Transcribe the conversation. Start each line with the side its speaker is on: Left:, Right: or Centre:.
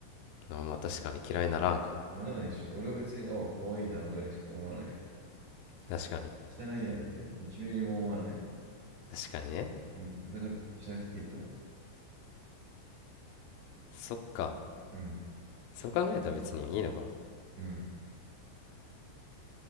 Left: あまあ確かに嫌いならんか
Right: ならないでしょ。俺は別に、おう、かわいいなぐらいしか思わないよ。
Left: 確かに
Right: 汚いなんて1ミリも思わないね。
Left: 確かにね
Right: うん。だからしなくていいと思う。
Left: そっか
Right: うん、
Left: そう考えたら別にいいのか
Right: うん、